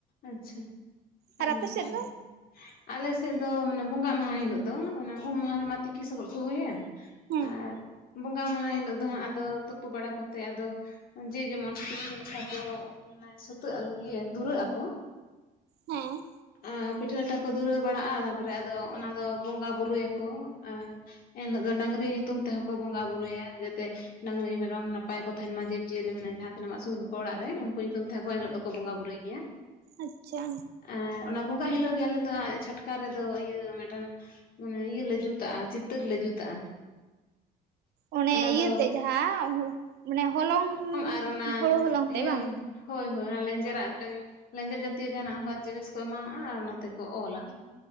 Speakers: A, on the left; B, on the right.
A: ᱟᱪᱪᱷᱟ ᱟᱹᱰᱤ
B: ᱟᱨ ᱟᱯᱮ
A: ᱱᱟᱯᱟᱭ
B: ᱥᱮᱫ ᱫᱚ
A: ᱟᱞᱮᱥᱮᱫ ᱫᱚ ᱢᱟᱱᱮ ᱵᱚᱸᱜᱟ ᱢᱟᱦᱟᱸ ᱦᱤᱞᱳᱜ ᱫᱚ ᱚᱱᱮ ᱩᱸᱢ ᱢᱟᱦᱟ ᱨᱮᱢᱟ ᱛᱤᱠᱤ ᱥᱚᱵᱚᱫ ᱠᱚ ᱦᱩᱭᱮᱱ
B: ᱦᱮᱸ
A: ᱟᱨ ᱵᱚᱸᱜᱟ ᱢᱟᱦᱟᱸ ᱦᱤᱞᱳᱜ ᱫᱚ ᱦᱟᱸᱜ ᱟᱫᱚ ᱛᱩᱯᱩ ᱵᱟᱲᱟ ᱠᱟᱛᱮ ᱟᱫᱚ ᱡᱮ ᱡᱮᱢᱚᱱ ᱯᱤᱴᱷᱟᱹ ᱞᱟᱴᱷᱟ ᱠᱚ ᱢᱟᱱᱮ ᱥᱟᱹᱛᱟᱹᱜ-ᱟ ᱤᱭᱟᱹ ᱫᱷᱩᱨᱟᱹᱜ-ᱟ ᱠᱚ
B: ᱦᱮᱸ
A: <inaudible> ᱯᱤᱴᱷᱟᱹ ᱞᱟᱴᱷᱟ ᱠᱚ ᱫᱷᱩᱨᱟᱹᱣ ᱵᱟᱲᱟᱜᱼᱟ ᱛᱟᱨᱯᱚᱨᱮ ᱟᱫᱚ ᱚᱱᱟ ᱫᱚ ᱵᱚᱸᱜᱟ ᱵᱩᱨᱩᱭᱟᱠᱚ ᱟᱨ ᱮᱱ ᱦᱤᱞᱳᱜ ᱫᱚ ᱰᱟᱝᱨᱤ ᱧᱩᱛᱩᱢ ᱛᱮᱦᱚᱸ ᱠᱚ ᱵᱚᱸᱜᱟ ᱵᱩᱨᱩᱭᱟ ᱡᱟᱛᱮ ᱰᱟᱝᱨᱤ ᱢᱮᱨᱚᱢ ᱱᱟᱯᱟᱭ ᱠᱚ ᱛᱟᱦᱮᱱ ᱢᱟ ᱡᱤᱵᱽ ᱡᱤᱭᱟᱹᱞᱤ ᱢᱟᱱᱮ ᱡᱟᱦᱟᱸ ᱛᱤᱱᱟᱹᱜ ᱮᱢ ᱟᱥᱩᱞ ᱟᱠᱚᱣᱟ ᱟᱲᱟᱜ ᱨᱮ ᱩᱱᱠᱩ ᱧᱩᱛᱩᱢ ᱛᱮᱦᱚᱸ ᱠᱚ ᱮᱱᱦᱤᱞᱳᱜ ᱫᱚᱠᱚ ᱵᱚᱸᱜᱟ ᱵᱩᱨᱩᱭ ᱜᱮᱭᱟ ᱾
B: <inaudible> ᱟᱪᱪᱷᱟ
A: ᱦᱮ ᱚᱱᱟ ᱵᱚᱸᱜᱟᱜ ᱦᱤᱞᱚᱜ ᱜᱮ ᱟᱞᱮ ᱫᱚ ᱦᱟᱸᱜ ᱪᱷᱟᱴᱠᱟ ᱨᱮᱫᱚ ᱤᱭᱟᱹ ᱢᱮᱫᱴᱮᱱ ᱚᱱᱮ ᱤᱭᱟᱹ ᱞᱮ ᱡᱩᱛᱟᱜᱼᱟ ᱪᱤᱛᱟᱹᱨ ᱞᱮ ᱡᱩᱛᱟᱜᱼᱟ᱾
B: ᱚᱱᱮ
A: ᱚᱱᱟ
B: ᱤᱭᱟᱹᱛᱮ
A: ᱫᱚ
B: ᱡᱟᱦᱟᱸ ᱢᱟᱱᱮ ᱦᱚᱞᱚᱝ
A: ᱟᱨ ᱚᱱᱟ
B: ᱦᱳᱲᱳ ᱦᱚᱞᱚᱝ ᱛᱮ
A: ᱤᱭᱟᱹ
B: ᱵᱟᱝ
A: ᱦᱳᱭ ᱦᱳᱭ ᱚᱱᱟ ᱞᱮᱸᱡᱮᱨᱟᱜ ᱢᱤᱫᱴᱟᱱ ᱞᱮᱸᱡᱮᱨ ᱡᱟᱛᱤᱭᱚ ᱡᱟᱦᱟᱱᱟᱜ ᱚᱱᱠᱟ ᱡᱤᱱᱤᱥ ᱠᱚ ᱮᱢᱟᱣᱟᱜᱼᱟ ᱟᱨ ᱱᱚᱛᱮ ᱠᱚ ᱚᱞᱟ᱾